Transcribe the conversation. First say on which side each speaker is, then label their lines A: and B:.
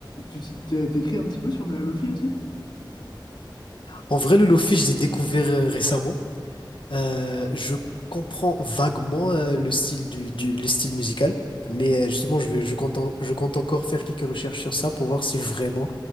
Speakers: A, on the left; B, on the left.
A: tu t'es- t'as t'écris un petit peu sur de la Lofi aussi?
B: En vrai, le lofi, je l'ai découvert euh, récemment. Euh, je comprends vaguement euh, le style du, du- le style musical. Mais euh, justement, je vais, je compte, en- je compte encore faire quelques recherches sur ça pour voir si vraiment